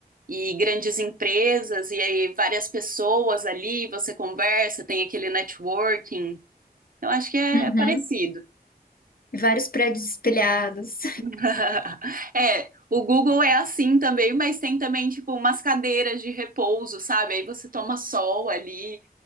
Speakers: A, on the right; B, on the left.
A: e grandes empresas, e aí várias pessoas ali, você conversa, tem aquele networking. Eu acho que é
B: Uhum.
A: é parecido.
B: Vários prédios espelhados.
A: <laughs> É, o Google é assim também, mas tem também, tipo, umas cadeiras de repouso, sabe? Aí você toma sol ali,